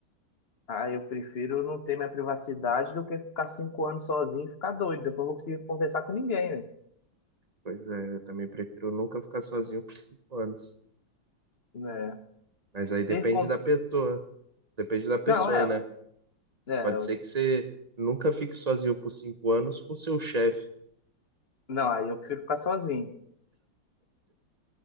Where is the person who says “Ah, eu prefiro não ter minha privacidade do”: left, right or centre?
Left